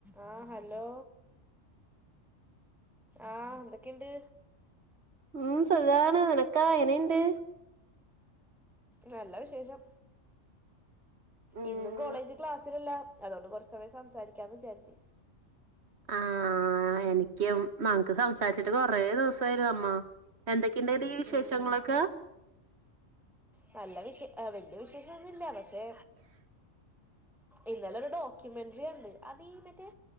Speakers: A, in the centre; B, on the right.
A: ആഹ് hello ആഹ് എന്തക്കെയിണ്ട്?
B: ഉം സുഖവാണ് നിനക്കോ എങ്ങനെയ്ണ്ട്?
A: നല്ലവിശേഷം
B: ഉം
A: ഇന്നും കോളേജിൽ ക്ലാസ്സില്ലല്ലോ? അതോണ്ട് കൊറച്ച് സമയം സംസാരിക്കാന്ന് വിചാര്ച്ച്.
B: ആഹ് എനിക്കും നമുക്ക് സംസാരിച്ചിട്ട് കൊറേ ദിവസായല്ലോ നമ്മ? എന്തൊക്കെയുണ്ടെടീ വിശേഷങ്ങളൊക്കെ?
A: ഉം നല്ല വിശ വല്യ വിശേഷൊന്നുവില്ല പക്ഷെ ഇന്നലെ ഒരു ഡോക്യുമെന്ററി കണ്ട് അത് ഈ മറ്റേ